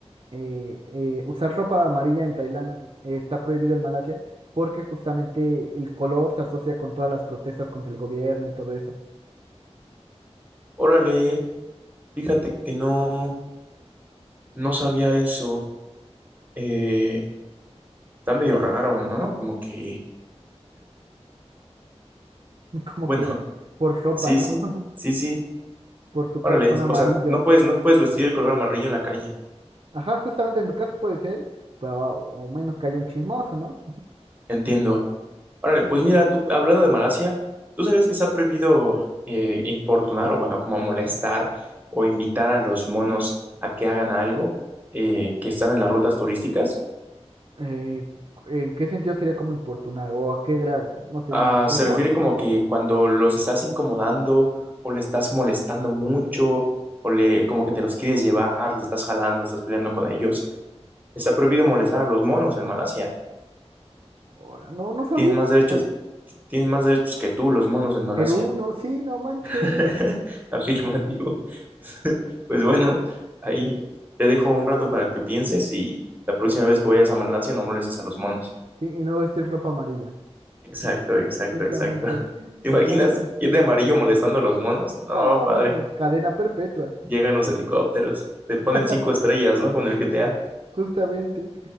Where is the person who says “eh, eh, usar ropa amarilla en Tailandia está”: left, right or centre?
Right